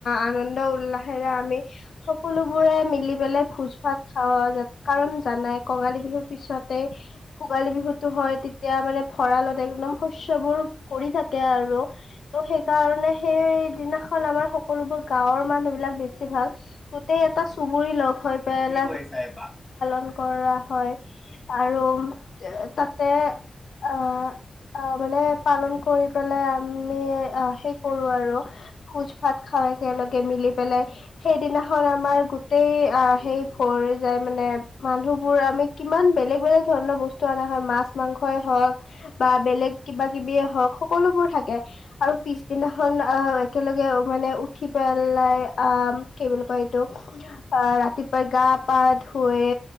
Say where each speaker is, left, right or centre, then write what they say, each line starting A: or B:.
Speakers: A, on the left; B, on the left.
A: আনন্দ-উল্লাসেৰে আমি সকলোবোৰে মি মিলি পেলাই ভোজ-ভাত খাওঁ আৰু যাত কাৰণ জানাই, কঙালী বিহুৰ পিছতে ভোগালী বিহুতো হয়। তেতিয়া মানে ভঁৰালত <unintelligible> একদম, শস্যবোৰ ভৰি থাকে আৰু ত', সেইকাৰণে সেই যিদিনাখন আমাৰ সকলোবোৰ গাঁৱৰ মানুহবিলাক, বেছিভাগ গোটেই এটা চুবুৰী লগ হৈ পেল
B: কি কৰিছা এইবাৰ?
A: কৰা হয় আৰু উম তাতে অ' অ' মানে পালন কৰি পেলাই আমি অ' সেই কৰোঁ আৰু ভোজ-ভাত খাওঁ একেলগে মিলি পেলাই সেইদিনাখন আমাৰ গোট টেই সেই ভৰি যায় মানে মানুহবোৰ আমি কিমান বেলেগ বেলেগ ধৰণৰ বস্তু বস্তু অনা হয় মাছ মাংসই হওঁক বা বেলেগ কিবা কিবিয়ে হওঁক সকলোবোৰ থাকে আৰু পিছদিনাখন আহ একেলগে মানে উঠি পেলাই আম কি বুলি কয় ৰাতিপুৱাই গা পা ধুৱে